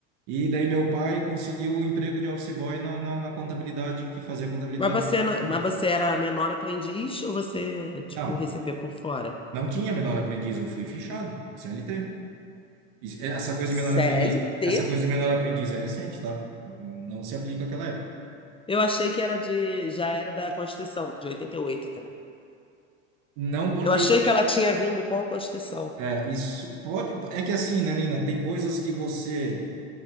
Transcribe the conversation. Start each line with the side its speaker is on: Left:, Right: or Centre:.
Right: E daí meu pai conseguiu o emprego de office boy na, na, na contabilidade, que fazia contabilidade.
Left: Mas você, não-
Right: dele.
Left: mas você era menor aprendiz ou você, tipo,
Right: Não,
Left: recebia por fora?
Right: não tinha menor aprendiz, eu fui fichado, CLT. Isso- Essa coisa
Left: CLT?
Right: de menor aprendiz, essa coisa de menor aprendiz é recente, tá? Não se aplica àquela época.
Left: Eu achei que era de, já era da Constituição, de 88, entendeu?
Right: Não porque
Left: Eu achei que ela tinha vindo com a Constituição.
Right: é, isso pode. É que assim, né, Nina? Tem coisas que você.